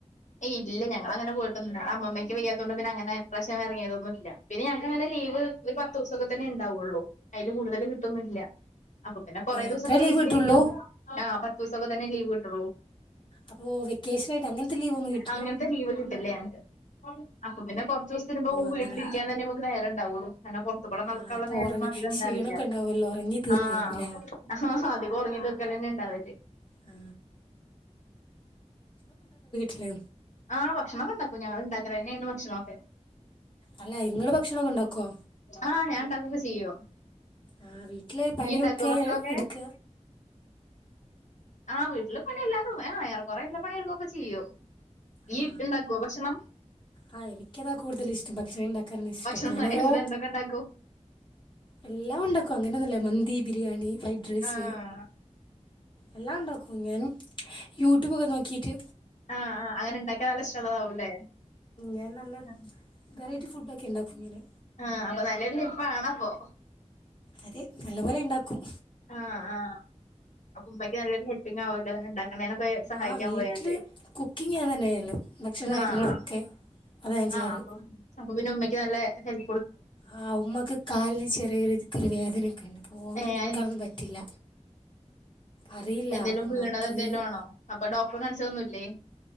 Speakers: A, on the left; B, on the left.
A: ഏയ് ഇല്ല ഞങ്ങളങ്ങനെ പോയിട്ടൊന്ന- അ അമ്മമ്മക്ക് വയ്യത്തൊണ്ട് പിന്നെ അങ്ങനെ പ്രശവറങ്ങിയതൊന്നുയില്ല പിന്നെ ഞങ്ങക്ക് അങ്ങനെ ലീവ് ഒരു പത്ത് ദിവസൊക്കെ തന്നെ ഉണ്ടാവുള്ളൂ അയില് കൂടുതൽ കിട്ടൊന്നുല്ല അപ്പൊ പിന്നെ കുറേ ദിവസൊക്കെ
B: അത്രേ ലീവ്
A: വീട്ടിലിരിക്കും
B: കിട്ടുള്ളൂ
A: ആ പത്ത് ദിവസൊക്കെ തന്നെ ലീവ് കിട്ടുള്ളൂ
B: അപ്പൊ വെക്കേഷനായിട്ട് അങ്ങനത്തെ ലീവ് ഒന്നു കിട്ടില്ലാ?
A: അങ്ങനത്തെ ലീവ് കിട്ടില്ല ഞങ്ങക്ക്. അപ്പൊ പിന്നെ പു ത്തുസത്തിന് പോകുമ്പോ
B: അങ്ങനെ
A: വീട്ടിലിരിക്കാ തന്നെ നമ്മക്ക് നേരം ഉ ണ്ടാവുളു. അങ്ങനെ പൊറത്തുകുടെ നടക്കുള്ള
B: ആ അപ്പോൾ
A: നേരൊന്നും
B: ഉറങ്ങി
A: അധികം
B: ക്ഷീണമൊക്കെ
A: ഉണ്ടാവില്ല
B: ഉണ്ടാവുമല്ലോ ഉറങ്ങി തീർക്കായിരിക്കുമല്ലേ
A: ആഹ് അധികം ഉറങ്ങി തീർക്കലന്നെ ഇണ്ടാവല്.
B: ആ, ല്
A: ആ ഭക്ഷണൊക്കെ ഇണ്ടാക്കും ഞങ്ങള് ഇണ്ടാക്കല് തന്നെയാണ് ഭക്ഷണൊക്കെ.
B: അല്ല ഇങ്ങള് ഭക്ഷണൊക്കെ ഉണ്ടാക്കോ
A: ആഹ് ഞാൻ ഇണ്ടാക്കൊക്കെ ചെയ്യും.
B: ആ വീട്ടില് പണിയൊക്കെ
A: ഇയ്യ് ഇണ്ടാക്കോ ഭക്ഷണൊക്കെ?
B: എടുക്ക
A: ആ വീട്ടില് പണിയെല്ലാരും ആ എറെക്കുറെ എല്ലാ പണി എടുക്കോക്കെ ചെയ്യും. ഇയ്യ്
B: ആ
A: ഇണ്ടാക്കോ ഭക്ഷണം
B: ആ എനിക്കതാ കൂടുതല് ഇഷ്ടം ഭക്ഷണം ഉണ്ടാക്കാനാ ഇഷ്ടം
A: ഭക്ഷണം
B: ഞാനോരോ
A: എന്നിട്ട് എന്തൊക്കെ ഇണ്ടാക്കും
B: എല്ലാം ഉണ്ടാക്കും അങ്ങനൊന്നില്ല മന്തി, ബിരിയാണി ഫ്രൈഡ് റൈസ്
A: ആഹ്
B: എല്ലാം ഉണ്ടാക്കും ഞാൻ യൂട്യൂബൊക്കെ നോക്കിട്ട്.
A: ആഹ ആഹ് അങ്ങനെ ഇണ്ടാക്കാ നല്ല ഇഷ്ട്ടള്ളതാവും ല്ലേ
B: ഞാൻ നല്ല
A: ആ
B: വെറൈറ്റി ഫുഡൊക്കെ ഇണ്ടാക്കും ഇങ്ങനെ.
A: ആഹ അപ്പൊ നല്ലൊരു ഷെഫാണപ്പോ.
B: അതെ നല്ല പോലെ ഇണ്ടാക്കും.
A: ആഹ് ആഹ് അപ്പൊ ഉമ്മക്ക് നല്ലൊരു ഹെൽപ്പിങ് ആവല്ലോ ങ്ങനെണ്ടാ ഉമ്മനൊക്കെ സഹായിക്കാൻ
B: ആ വീട്ടിൽ
A: പോയാല്
B: കുക്കിംഗ് ഞാൻ തന്നെയല്ലോ ഭക്ഷണ കാര്യങ്ങളൊക്കെ
A: ആഹ്
B: അതാ ഞാൻ ചെയ്യാറ്
A: ആ അപ്പൊ പിന്നെ ഉമ്മക്ക് നല്ല ഹെൽ
B: ആ ഉമ്മക്ക് കാലിന് ചെറിയ ഒരു വേദനയൊക്കെണ്ട്. ഓവർ
A: ഏഹ്
B: നിക്കാനൊന്നും പറ്റില്ല. അറിയില്ല
A: എന്തെലും
B: ഉമ്മാക്ക്
A: വീണത് എന്തേലും ആണോ അപ്പൊ ഡോക് ഇപ്പൊ കാണിച്ചലൊന്നുല്ലേ?